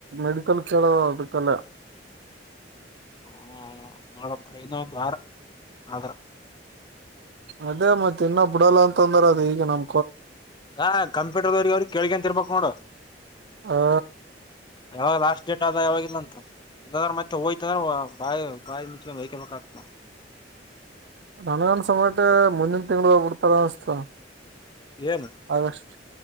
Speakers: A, on the right (about 65°); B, on the left (about 25°).
A: ಮೆಡಿಕಲ್ ಕೇಳದ ಅದಕ್ಕೆಲ್ಲ <inaudible>
B: ಹ ನೋಡಂತ ಇನ್ನೊ ದ್ವಾರ ಆದ್ರ
A: ಅದೇ ಮತ್ತೆ ಇನ್ನ ಬಿಡಲ್ಲ ಅಂತಂದ್ರ ಅದು ಈಗ ನಮ
B: ಹಾ ಕಂಪ್ಯೂಟರ್ದವರಿಗೆ ಅವ್ರಿಗೆ ಕೇಳ್ಗಂತರ್ಬೇಕಕ್ು ನೋಡು
A: ಹ
B: ಯಾವಾಗ ಲಾಸ್ಟ್ ಡೇಟ್ ಆದ ಯಾವಾಗಾಗಿಲ್ಲ ಅಂತ ಇಲ್ಲದ್ರೆ ಮತ್ತೆ ಹೋಯ್ತದ್ರ ಬಾಯಿ ಬಾಯಿ ಮುಂಚ ಹಯಕಬೇಕತ್ ನಾವವು
A: ನನಗನ್ ಸಮಯಕ್ಕೆ ಮುಂದಿನ ತಿಂಳ ಹಬ ಬಿಡ್ತಾರ ಅನ್ಿಸ್ತ
B: ಏನು
A: ಆಗಸ್ಟ್